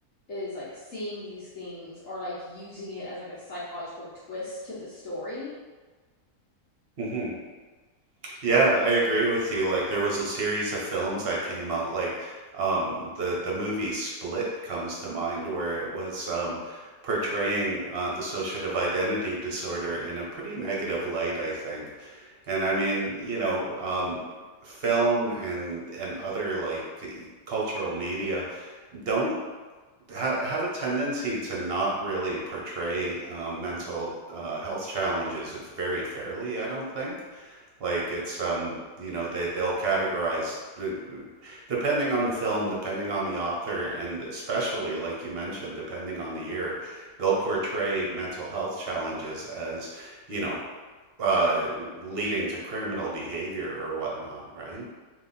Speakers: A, on the left; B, on the right.
A: is like seeing these things or like using it as like a psychological twist to the story.
B: hmm Yeah, I agree with you. Like there was a series of films that came out like um the the movie Split comes to mind where it was um portraying uh dissociative identity disorder in a pretty negative light, I think. And I mean, you know, um film and and other like cultural media don't ha have a tendency to not really portray um, mental uh, health challenges very fairly, I don't think. Like it's um, you know, they they'll categorize uh, depending on the film, depending on the author, and especially like you mentioned, depending on the year, they'll portray mental health challenges as, you know, uh leading to criminal behavior or whatnot, right?